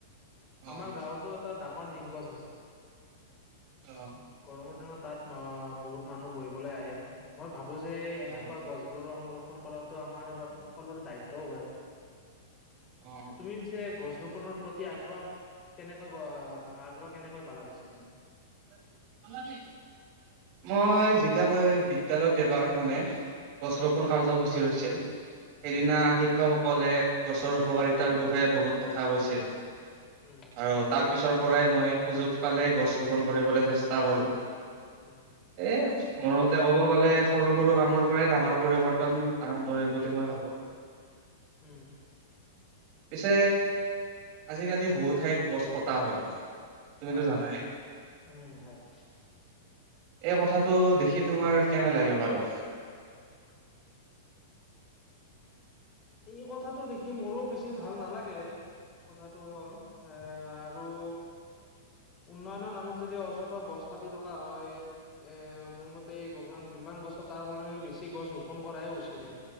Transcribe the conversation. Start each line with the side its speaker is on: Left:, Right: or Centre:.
Right: অ',
Left: আমাৰ গাঁৱতো এটা ডাঙৰ নিমগছ আছে।
Right: অ'।
Left: মোৰটো ন 'তাত ন' বহুত মানুহ বহিবলৈ আহে মই ভাবো যে এনেকুৱা
Right: অ',
Left: গছবোৰৰ সংৰক্ষ ৰক্ষণ কৰাটো আমাৰ বা সকলোৰে দায়িত্বও হয়।
Right: অ'।
Left: তুমি পিছে গছ গছ ৰোপনৰ প্ৰতি আগ্ৰহ কেনেকৈ আগ্ৰহ কেনেকৈ পালা পিছে তুমি?
Right: <unintelligible> মই যেতিয়া মই বিদ্যয়ালয়ত এবাৰ মানে গছ ৰোপন
Left: উম,
Right: কাৰ্যসূচী হৈছিল সেইদিনা
Left: অ'।
Right: শিক্ষকসকলে গছৰ উপকাৰিতা তাৰ বিষয়ে বহুত কথা কৈছিল
Left: উম,
Right: আৰু তাৰ পিছৰ পৰাই মই সুযোগ পালে গছ ৰোপন কৰিবলৈ চেষ্টা কৰো
Left: উম,
Right: এ মোৰ মতে ক'ব গ'লে সৰু সৰু কামৰ পৰাই ডাঙৰ পৰিৱৰ্তন আৰম্ভ হয় বুলি মই ভাবোঁ।
Left: উম।
Right: পিছে আজিকালি বহুত ঠাইত গছ কটা হয়। তুমিতো
Left: অ',
Right: জানাই।
Left: হয়, উম হয়।
Right: এই কথাটো দেখি তোমাৰ কেনে লাগে বাৰু।
Left: <inaudible> এই কথাটো দেখি মোৰো বেছি ভাল নালাগে। কথাটো হ'ল এ আৰু উন্নয়নৰ নামত যদি অযথ গছ কাটি থকা হয় এ মোৰ মতে গ যিমান গছত তাৰ সলনি বেছি গছ ৰোপণ কৰাই উচিত হয়।